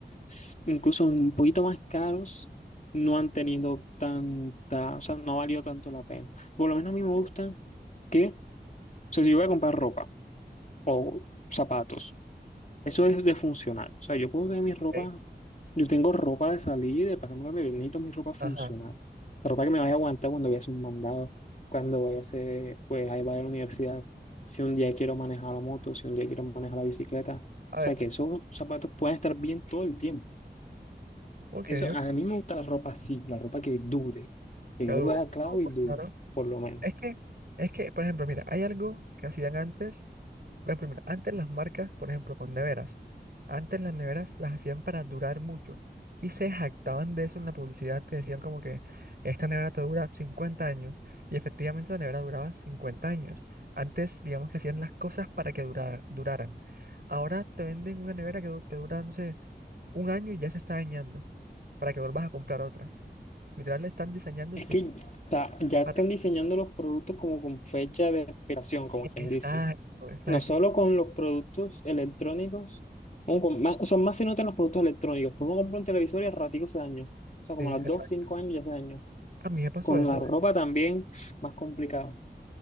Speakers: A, on the left; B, on the right.
A: s- incluso un poquito más caros, no han tenido tanta, o sea, no ha valido tanto la pena. Por lo menos a mí
B: ok,
A: me gusta que, o sea, si yo voy a comprar ropa o zapatos, eso es de funcional. O sea, yo puedo tener mi
B: ok,
A: ropa, yo tengo ropa de salir, de pasarme la vida, yo necesito mi ropa funcional.
B: ajá.
A: La ropa que me vaya a aguantar cuando vaya a hacer un mandado, cuando vaya a hacer, pues, ahí vaya a la universidad, si un día quiero manejar la moto, si un día quiero manejar la bicicleta. O
B: A ver,
A: sea, que esos zapatos puedan estar bien todo el tiempo.
B: ok,
A: Eso,
B: ok,
A: a mí me gusta la ropa así, la ropa que dure, que
B: dura.
A: yo le voy a dar clavo
B: No, pues
A: y dure,
B: claro.
A: por lo menos.
B: Es que, es que, por ejemplo, mira, hay algo que hacían antes La primera, antes las marcas, por ejemplo, con neveras, antes las neveras las hacían para durar mucho y se jactaban de eso en la publicidad que decían como que esta nevera te dura 50 años y efectivamente la nevera duraba 50 años. Antes, digamos que hacían las cosas para que durara- duraran. Ahora te venden una nevera que du- te dura, no sé, un año y ya se está dañando para que vuelvas a comprar otra. Literal, le están diseñando
A: Es
B: el sistema
A: que ta- ya
B: para
A: están
B: que...
A: diseñando los productos como con fecha de expiración, como quien
B: Exacto,
A: dice.
B: exacto,
A: No solo con los productos electrónicos, como con más- o sea, más se notan los productos electrónicos. Tú uno compra un televisor y al ratico se dañó. O sea, como
B: sí,
A: a las
B: exacto.
A: 2, 5 años ya se dañó.
B: A mí me pasó
A: Con
B: eso
A: la ropa también, más complicado.